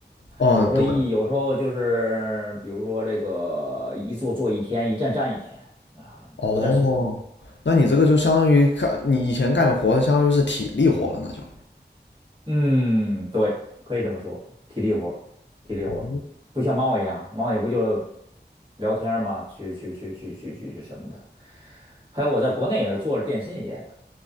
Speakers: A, on the left; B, on the right.
A: 哦，
B: 有时候一有时候就是，
A: 对，
B: 比如说这个一做做一天，一站站一天啊，
A: 哦，
B: 有点辛苦。
A: 那你这个就相当于干你以前干的活，相当于是体力活了，那就。
B: 嗯，对，可以这么说，体力活儿体力活儿不像猫一样，
A: 哦，
B: 猫也不就聊天儿嘛，去去去去去去去什么的。还有我在国内也是做着电信业的，